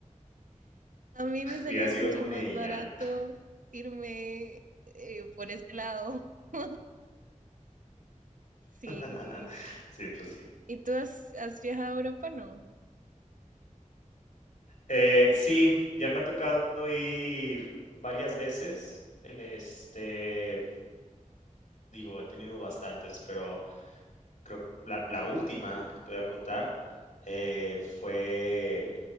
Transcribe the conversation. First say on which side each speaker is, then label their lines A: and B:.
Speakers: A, on the right (about 80°); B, on the left (about 70°).
A: a mí
B: <laughs>
A: me
B: Hubiera
A: salía
B: sido
A: mucho
B: con
A: más
B: ella.
A: barato irme eh, por ese lado. <laughs> Sí.
B: <laughs> Sí, pues sí.
A: ¿Y tú has, has viajado a Europa? No.
B: Eh, sí, ya me ha tocado ir varias veces, este digo, he tenido bastantes, pero creo que la, la última que te podía contar eh, fue,